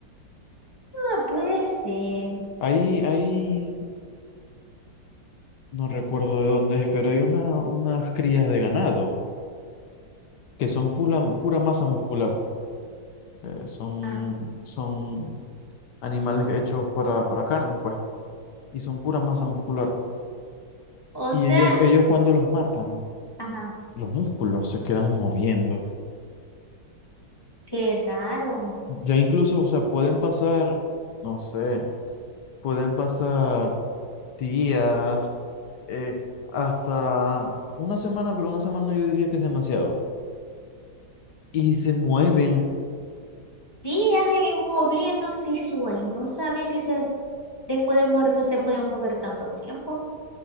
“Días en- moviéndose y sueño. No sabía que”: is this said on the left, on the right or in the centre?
Left